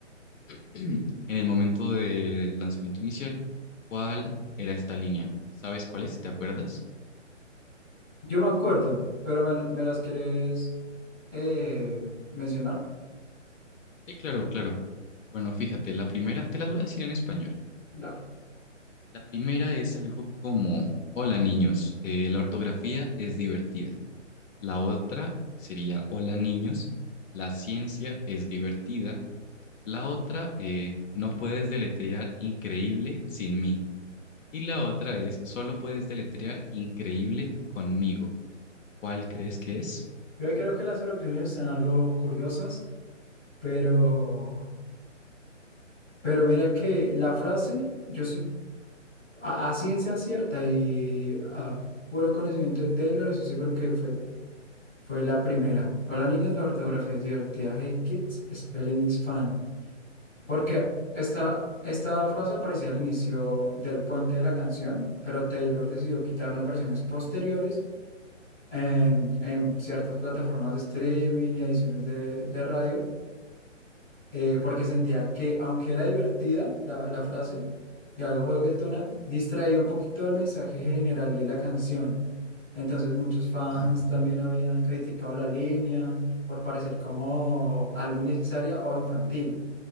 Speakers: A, on the left; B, in the centre.
A: <clears throat> en el momento del lanzamiento inicial. ¿Cuál era esta línea? ¿Sabes cuál es? ¿Te acuerdas?
B: Yo me acuerdo, pero me, me las quieres eh, mencionar.
A: Sí, claro, claro. Bueno, fíjate, la primera, te las voy a decir en español.
B: Dale.
A: La primera es algo como, hola niños, eh, la ortografía es divertida. La otra sería, hola niños, la ciencia es divertida. La otra, eh, no puedes deletrear increíble sin mí. Y la otra es, solo puedes deletrear increíble conmigo. ¿Cuál crees que es?
B: Yo ahí creo que las oraciones están algo curiosas, pero, pero mira que la frase, yo soy a, a ciencia cierta y a puro conocimiento de Taylor, estoy seguro que fue. Fue la primera. Hola niños, la ortografía es divertida. Hey kids, spelling is fun. Porque esta, esta frase aparecía al inicio del puente de la canción, pero Taylor decidió quitarla en versiones posteriores, em, en ciertas plataformas de streaming y ediciones de, de radio eh, porque sentía que, aunque era divertida la, la frase y algo juguetona, distraía un poquito el mensaje general de la canción. Entonces muchos fans
A: Wow.
B: también habían criticado la línea por parecer como algo innecesaria o infantil.